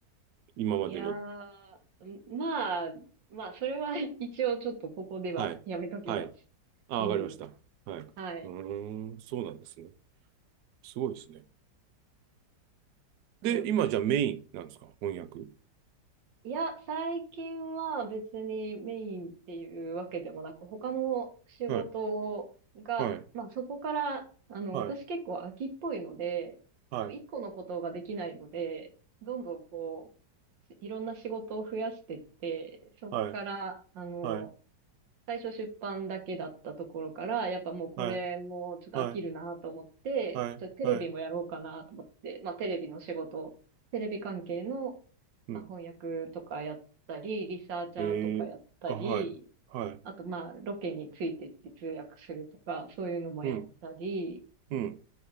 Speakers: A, on the right; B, on the right.
A: 今までの。
B: いやー、んまあ、まあ、それは <laughs> 一応ちょっとここではやめときます。
A: はい。はい。あ、
B: うん。
A: わかりました。はい。
B: はい。
A: うーん、そうなんですね。すごいですね。で、
B: そうです。
A: 今じゃあメインなんですか翻訳。
B: いや、最近は別にメインっていうわけでもなく、他の仕事が、
A: はい。はい。
B: まあそこから、あの、
A: はい。
B: 私結構飽きっぽいので、
A: はい。
B: もう一個のことができないので、どんどんこう、いろんな仕事を増やしてって、そこから、
A: はい。
B: あの、
A: はい。
B: 最初出版だけだったところから、やっぱもうこれもちょっと飽きるなと思って、
A: はい。はい。はい。
B: ちょっとテレビもやろうかなと思って、
A: はい。はい。
B: まあテレビの仕事、テレビ関係の、
A: うん。
B: まあ翻訳とかやったり、リサーチャーとかやったり、
A: えー、あ、はい。はい。
B: あとまあロケについてって通訳するとか、そういうのもやったり、
A: うん。うん、